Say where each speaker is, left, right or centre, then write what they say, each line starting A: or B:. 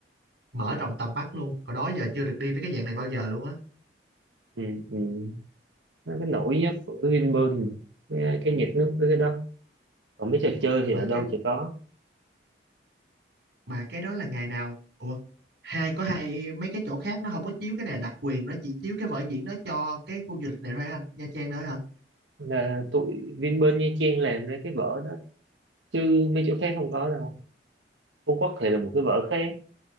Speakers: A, on the right; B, on the right.
A: mở rộng tầm mắt luôn hồi đó giờ chưa được đi mấy cái dạng này bao giờ luôn á
B: ừ, ừ. nó cái nổi nhất của Vinpearl mà. cái, cái nhiệt nước với cái đó còn mấy trò chơi thì
A: mà
B: ở đâu
A: cái
B: chả có
A: mà cái đó là ngày nào ủa hai có hai mấy cái chỗ khác nó không có chiếu cái này đặc quyền nó chỉ chiếu cái vở diễn đó cho cái khu du lịch này thôi anh Nha Trang thôi hả
B: là tụi Vinpearl Nha Trang làm ra cái vở đó chứ mấy chỗ khác không có đâu Phú Quốc thì là một cái vở khác